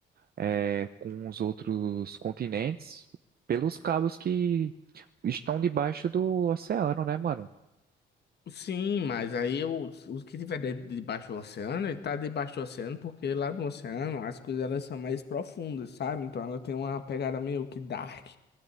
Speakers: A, on the right (about 50°); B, on the left (about 55°).
A: é, com os outros continentes pelos cabos que estão debaixo do oceano, né, mano?
B: Sim, mas aí o, o que tiver dentro debaixo do oceano, ele tá debaixo do oceano, porque lá no oceano as coisas elas são mais profundas, sabe? Então ela tem uma pegada meio que dark.